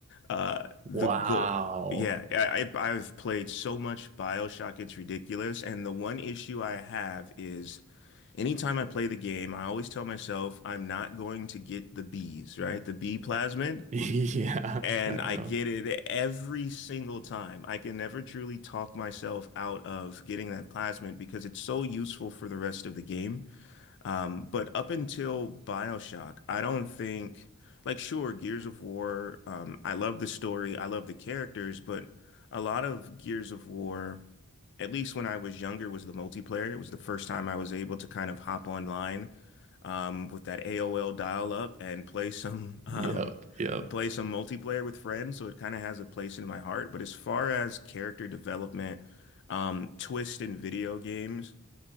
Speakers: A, on the left; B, on the right.
A: Uh, the
B: Wow.
A: goal, yeah,
B: <laughs>
A: I, I- I've played so much BioShock, it's ridiculous. And the one issue I have is Anytime I play the game, I always tell myself I'm not going to get the bees, right? The bee plasmid.
B: Yeah,
A: And
B: I
A: I
B: know.
A: get it every single time. I can never truly talk myself out of getting that plasmid because it's so useful for the rest of the game. Um, but up until BioShock, I don't think like sure, Gears of War, um, I love the story, I love the characters, but a lot of Gears of War, at least when I was younger, was the multiplayer. It was the first time I was able to kind of hop online um, with that AOL dial-up and play some <laughs> um,
B: Yep, yep,
A: play some multiplayer with friends. So it kind of has a place in my heart. But as far as character development, um, twist in video games.